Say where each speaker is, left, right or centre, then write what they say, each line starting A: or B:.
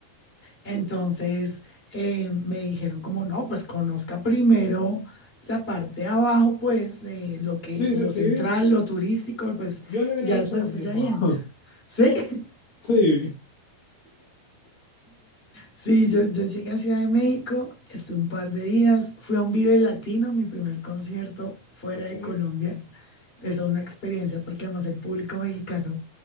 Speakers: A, on the left; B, on the left.
A: Entonces eh, me dijeron como, no, pues conozca primero la parte de abajo, pues eh, lo que,
B: Sí,
A: lo
B: sí, sí.
A: central, lo turístico, pues,
B: Yo le hubiera
A: y ya
B: dicho
A: después
B: lo
A: usted
B: mismo.
A: se avienta.
B: <laughs>
A: ¿Sí? <laughs>
B: Sí.
A: Sí, yo, yo llegué a Ciudad de México, estuve un par de días, fui a un Vive Latino, mi primer concierto fuera
B: Ok.
A: de Colombia. Es una experiencia porque además el público mexicano